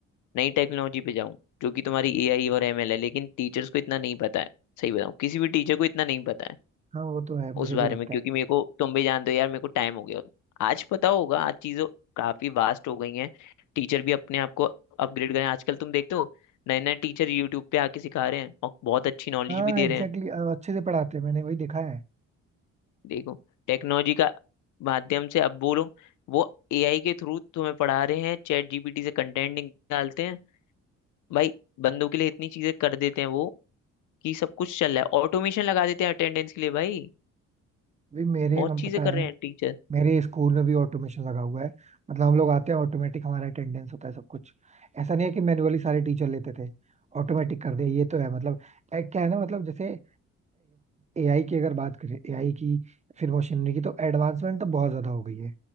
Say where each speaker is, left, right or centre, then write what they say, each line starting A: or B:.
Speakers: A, on the left (about 80°); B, on the right (about 25°).
A: नई टेक्नोलॉजी पे जाऊं जो कि तुम्हारी एआई और एमएल है लेकिन टीचर्स को इतना नहीं पता है सही बताऊं किसी भी टीचर को इतना नहीं पता है
B: हाँ वो तो है मुझे
A: उस बारे
B: भी लगता
A: में क्योंकि
B: है ऐसा
A: मेरे को तुम भी जानते हो यार मेरे को टाइम हो गया आज पता होगा आज चीज़ों काफी वास्ट हो गई हैं टीचर भी अपने आप को अपग्रेड करें आजकल तुम देखते हो नए नए टीचर यूट्यूब पे आके सिखा रहे हैं और बहुत अच्छी नॉलेज
B: हाँ
A: भी दे
B: एग्जैक्टली
A: रहे हैं
B: exactly, अच्छे से पढ़ाते हैं मैंने वही देखा है
A: देखो टेक्नोलॉजी का माध्यम से अब बोलो वो एआई के थ्रू तुम्हें पढ़ा रहे हैं चैट जीपीटी से कंटेंट निकालते हैं भाई बंदों के लिए इतनी चीजें कर देते हैं वो कि सब कुछ चल रहा है ऑटोमेशन लगा देते हैं अटेंडेंस के लिए भाई
B: भी मेरे
A: बहुत
B: हम
A: चीजें
B: पता है
A: कर रहे हैं टीचर
B: मेरे स्कूल में भी ऑटोमेशन लगा हुआ है मतलब हम लोग आते हैं ऑटोमेटिक हमारा अटेंडेंस होता है सब कुछ ऐसा नहीं है कि मैनुअली सारे टीचर लेते थे ऑटोमेटिक कर दिया ये तो है मतलब ए, क्या है ना मतलब जैसे एआई की अगर बात करें एआई की फिर मशीनरी की तो एडवांसमेंट तो बहुत ज्यादा हो गई है